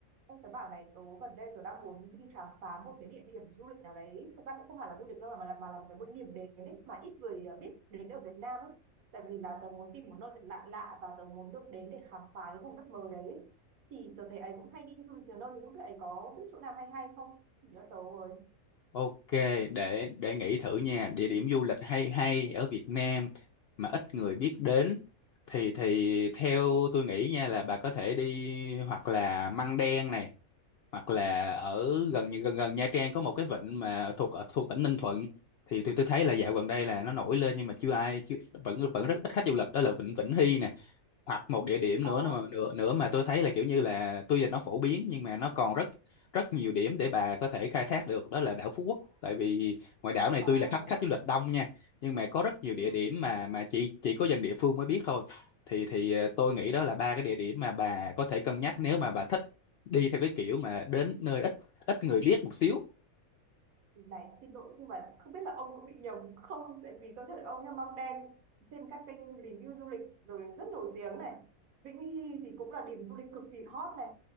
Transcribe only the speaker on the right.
Ông tớ bảo này, tớ gần đây tớ đang muốn đi khám phá một cái địa điểm du lịch nào đấy. Thực ra cũng không hẳn là du lịch đâu mà là, mà là một cái một điểm đến ấy, mà ít người ờ, biết đến ở Việt Nam ấy. Tại vì là tớ muốn tìm một nơi thật lạ lạ và tớ muốn được đến để khám phá cái vùng đất mới đấy. Thì tớ thấy ấy cũng hay đi du lịch nhiều nơi, thì lúc ấy có biết chỗ nào hay hay không? Chỉ cho tớ rồi.
Ồ,
ồ,
ừ.
này xin lỗi nhưng mà không biết là ông có bị nhầm không tại vì tôi thấy ông nhá măng đen trên các kênh review du lịch rồi rất nổi tiếng này Vĩnh Hy thì cũng là điểm du lịch cực kỳ hot này